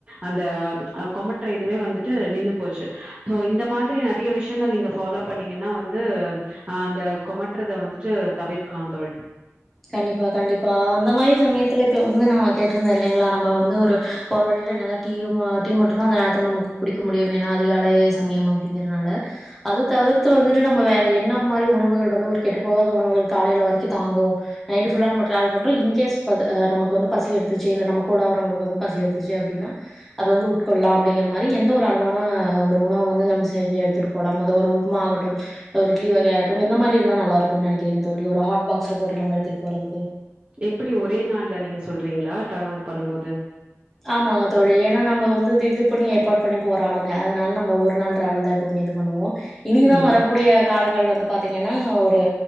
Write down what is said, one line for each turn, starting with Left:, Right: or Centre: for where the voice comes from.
Right: அந்த அ கொமட்டல் இதுவே வந்து ட்டு நின்னு போச்சு அ இந்த மாதிரி நெறைய விஷ யங்கள் நீங்க ஃபாலோ பண்ணீங்கன்னா வந்து அ அந்த கொமட்டுறத வந்துட்டு தவிர்க்கலாம் தோழி
Centre: கண்டிப்பா கண்டிப்பா அந்த மாரி சமயத்துல இப்ப வந்து நா கேட்டிருந்தே இல்லைங்ளா நம்ம வந்து ஒரு போற வழில எதனா டீ வ டீ மட்டுந்தா அந்த நேரத்துல நமக்கு குடிக்க முடியுமே ஏனா அதிகாலை சமயம் அப்டிங்கிறனால அது தவிர்த்து வந்துட்டு நம்ம வேற என்ன மாரி உணவுகள் வந்து ஒரு கெட்டு போகாத உணவுகள் காலைல வரைக்கு தாங்கு நைட் ஃபுல்லா நம்ம டிராவல் பண்றோ இன்கேஸ் பது அ நமக்கு வந்து பசி எடுத்துச்சு இல்ல நம்மக் கூட வரவங்களுக்கு வந்து பசி எடுத்துச்சு அப்டின்னா அத வந்து உட்கொள்ளலா அப்டிங்கிற மாரி எந்த ஒரு அளவான ஒரு உணவ வந்து நம்ம செஞ்சு எடுத்துட்டு போனும் அது ஒரு உப்மா ஆகட்டு ஒரு இட்லி வகையாகட்டு எந்த மாரி இருந்தா நல்லா இருக்கும் நெனைக்கிறீங்க தோழி ஒரு ஹாட் பாக்ஸ்ல போட்டுட் நம எடுத்துட்டு போறதுக்கு
Right: எப்டி ஒரே நாள்ல நீங்க சொல்றீங்களா டிராவல் பண்ணும் போது
Centre: ஆமாங்க தோழி ஏனா நம்ம வந்து திகுதிப்புனு ஏற்பாடு பண்ணி போற ஆளுங்க அதனால நம்ம ஒரு நாள் டிராவல் தா எப்பவுமே இது பண்ணுவோ இனிதா
Right: ம்
Centre: வரக்கூடிய காலங்கள் வந்து பாத்தீங்கன்னா ஒரு